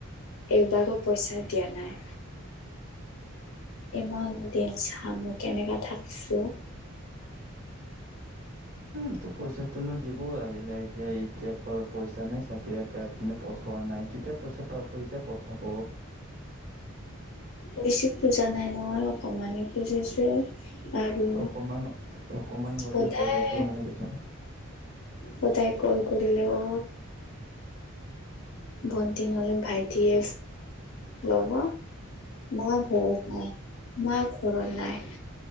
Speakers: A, on the left; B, on the right.
A: এবাৰো পইচা দিয়া নাই। ইমান দিন চা মই কেনেকা থাকছো।
B: সেইটো পইচাটো নো দিব আহিলে লাহেকে সেই এতিয়া পৰা পইচা নাই চাগে এই কাৰণে। পঠোৱা নাই কেতিয়া পইচা পাব এতিয়া পঠাব।
A: বেছি খোজা নাই নহয় অকমানে খুজিছো আৰু।
B: অকণমান অকণমান হ'লেও
A: সদায়
B: পইচাটো মানে কিছুমান।
A: সদায় কল কৰিলেও। ভন্টি নহ'লে ভাইটিয়ে ল'ব। মা ঘৰত নাই মা ঘৰত নাই।